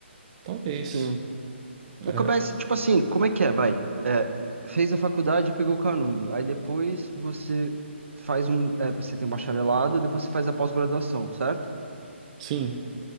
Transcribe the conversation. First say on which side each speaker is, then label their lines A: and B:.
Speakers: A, on the right; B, on the right.
A: Talvez.
B: Sim. Eu
A: É,
B: começo, tipo assim, como é que é? Vai. É, fez a faculdade, pegou o canudo. Aí depois você faz um. é, você tem um bacharelado, depois você faz a pós-graduação, certo?
A: sim,